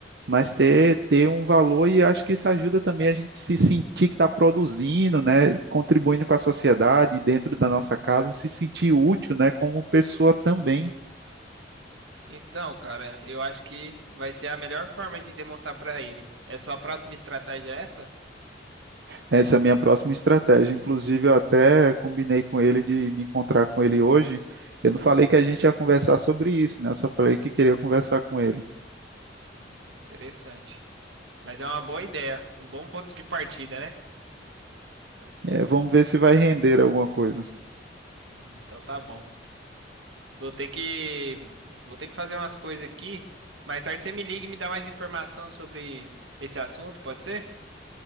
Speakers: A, on the right; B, on the right.
A: mas ter, ter um valor e acho que isso ajuda também a gente se sentir que está produzindo, né, contribuindo com a sociedade dentro da nossa casa, se sentir útil, né, como pessoa também.
B: Então, cara, eu acho que vai ser a melhor forma de demonstrar pra ele. É sua próxima estratégia é essa?
A: Essa é a minha próxima estratégia. Inclusive, eu até combinei com ele de me encontrar com ele hoje. Eu não falei que a gente ia conversar sobre isso, né? Eu só falei que queria conversar com ele.
B: Hum, interessante. Mas é uma boa ideia, um bom ponto de partida, né?
A: É, vamos ver se vai render alguma coisa.
B: Hum, Então tá bom. Vou ter que vou ter que fazer umas coisas aqui. Mais tarde você me liga e me dá mais informação sobre esse assunto, pode ser?